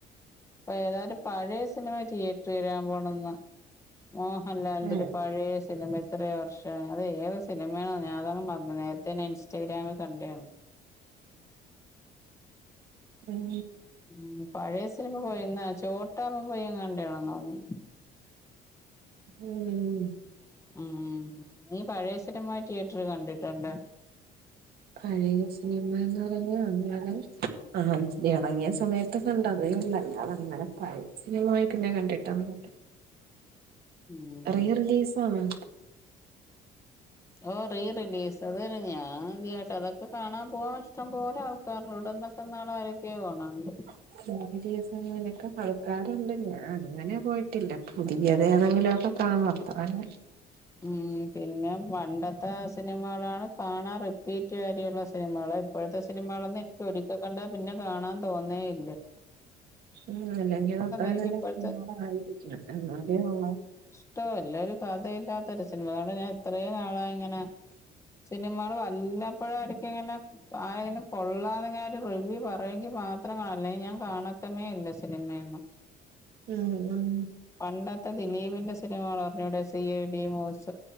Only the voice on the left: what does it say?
അപ്പൊ ഏതായാലും പഴയ സിനിമ തിയേറ്ററി വരാൻ പോണന്ന് മോഹൻലാലിന്റെ
ഒരു പഴയ സിനിമ എത്രയ വർഷം അത് ഏത് സിനിമയാണോ ഞാ അതങ്ങ് മറന്ന് നേരത്തെ തന്നെ ഇൻസ്റ്റാഗ്രാമിൽ കണ്ടതാണ്
ഉം പഴയ സിനിമ പോയിന്ന ചോട്ടാമുംബൈ എങ്ങാണ്ടണെന്നോന്ന്
ഉം നീ പഴയ സിനിമായി തിയേറ്ററി കണ്ടിട്ടുണ്ട
ഉം
ഓഹ് റീ റിലീസ് അത് ഞാൻ ആദ്യായിട്ട അതൊക്കെ കാണാൻ പോകാൻ ഇഷ്ടം പോലെ ആൾക് പറൂടെന്നൊക്കെന്ന ആൾ ആരൊക്കെയൊ പോണുണ്ട്
ഉം പിന്നെ പണ്ടത്തെ സിനിമകളാണ് കാണാൻ റിപ്പീറ്റ് വരിയുള്ള സിനിമകള് ഇപ്പോഴത്തെ സിനിമകളൊന്നും എനിക്ക് ഒരിക്ക കണ്ട പിന്നെ കാണാൻ തോന്നേയില്ല
എനിക്ക്
ഇപ്പോഴത്തെ
ട്ടോ എല്ല ഒരു കഥയില്ലാത്ത ഒരു സിനിമ ഞാൻ ഇത്രയും നാളായി ഇങ്ങനെ സിനിമകള് വല്ലപ്പോഴും ഒരിക്കെ ഇങ്ങനെ ആരെങ്കിലും കൊള്ളാന്ന് ഇങ്ങനെ ഒരു റിവ്യൂ പറയുവെങ്കി മാത്രം കാണും അല്ലെങ്കിൽ ഞാൻ കാണക്കമേ ഇല്ല സിനിമയൊന്നും
പണ്ടത്തെ ദിലീപിന്റെ സിനിമകള് അറിഞ്ഞൂടെ സി ഐ ഡി മൂസ